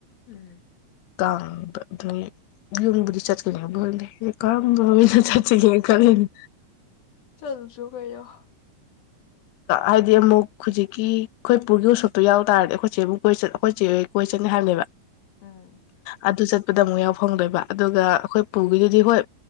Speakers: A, on the left; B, on the left.
A: ꯎꯝ
B: ꯀꯥꯡ ꯑꯗꯨꯝ ꯌꯨꯝꯕꯨ ꯆꯠꯀꯅꯤꯕꯨ ꯈꯪꯗ‌ꯦ ꯀꯔꯝꯕ ꯆꯠꯁꯤꯒ‌ꯦꯅ ꯈꯜꯂꯤꯅꯤ
A: ꯆꯠꯂꯨꯁ‌ꯣ ꯀꯩꯅ‌ꯣ
B: ꯍꯥꯏꯗꯤ ꯑꯃꯨꯛ ꯍꯧꯖꯤꯛꯀꯤ ꯈꯣꯏ ꯄꯨꯨꯒꯤ ꯎꯁꯣꯞꯇꯣ ꯌꯥꯎ ꯇꯥꯔꯗꯤ ꯑꯩꯈꯣꯏ ꯆꯦꯕꯨ ꯀꯣꯏ ꯆꯠ ꯑꯩꯈꯣꯏꯆꯦ ꯍ‌ꯣꯏ ꯀꯣꯏ ꯆꯠꯅꯤ ꯍꯥꯏꯕꯅꯦꯕ
A: ꯎꯝ
B: ꯑꯗꯨ ꯆꯠꯄꯗ ꯑꯃꯨꯛ ꯌꯥꯎ ꯐꯪꯗꯣꯏꯕ ꯑꯗꯨꯒ ꯑꯩꯈꯣꯏ ꯄꯨꯒꯤꯗꯨꯗꯤ ꯍꯣꯏ